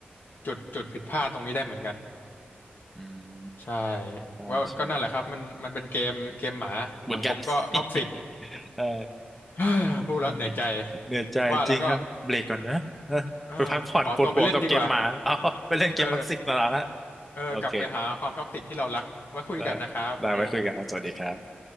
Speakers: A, on the left; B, in the centre.
A: จุดจุดผิดพลาดตรงนี้ได้เหมือนกัน
B: อืม
A: ใช่
B: ใช่ใช่
A: ก็ก็นั่นแหละครับมันมันเป็นเกมเกมหมาสังคมก็ท็อกซิก
B: เหมือนกัน <laughs> ใช่
A: <sighs> พูดแล้วเหนื่อยใจ
B: เออเหนื่อยใจจริงครับเบรกก่อนนะนะไปพักผ่อนปวดหัวกับเกมหมาเอา
A: ว่าแล้วก็เออขอตัวไปเล่นดีกว่า
B: <laughs> ไปเล่นเกมพับสิกมาแล้วนะ
A: เออเออกลับไปหาความท็อกซิกที่เรารักไว้คุยกันนะครับคุณโอ๊
B: โอเคได้ได้ไว้คุยกันครับสวัสดีครับ